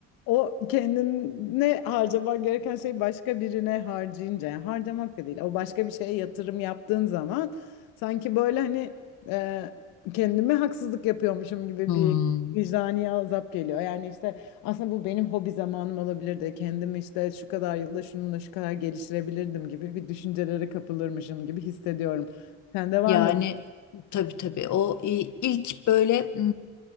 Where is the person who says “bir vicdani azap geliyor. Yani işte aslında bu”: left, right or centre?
Left